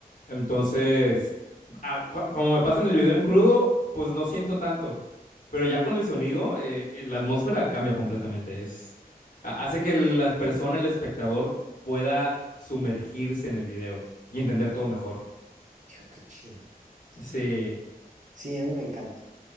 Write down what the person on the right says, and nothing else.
qué chido.
Sí, a mí me encanta.